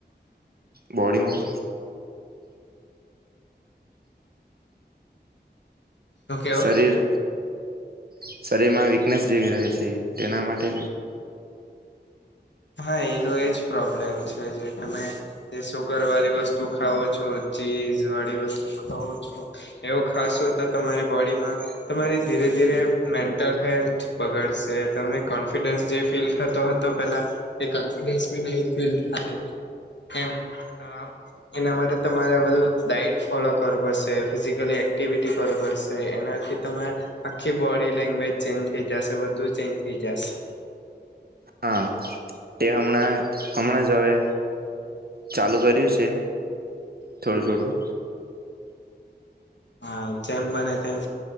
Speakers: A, on the right; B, on the left.
A: બોડીમાં
B: શું કેવો
A: શરીર શરીરમાં વીકનેસ જેવી રહે છે તેના માટે
B: હા એનો એજ પ્રોબ્લેમ છે જે તમે એ સુુગર વાળી વસ્તુ ખાવો છો ચીઝ વાળી વસ્તુ ખાવ છો. એવું ખાસો તો તમારી બોડીમાં તમારી ધીરે ધીરે મેન્ટલ હેલ્થ બગડશે તને કોન્ફિડન્સ જે ફીલ થતો હતો પેલા એ કોન્ફિડન્સ ફીલ નઈ થાય એમ અ એના માટે તમારે આ બધું ડાયટ ફોલો કરવું પડશે ફિઝિકલી એક્ટિવિટી કરવું પડશે. તો એનાથી તમારે આખી બોડી લેંગ્વેજ ચેન્જ થઈ જાશે બધું ચેન્જ થઈ જાશે
A: હા. તે હમણા હમણાં જ અવે ચાલુ કર્યું છે થોડું થોડું
B: હા જેમ બને તેમ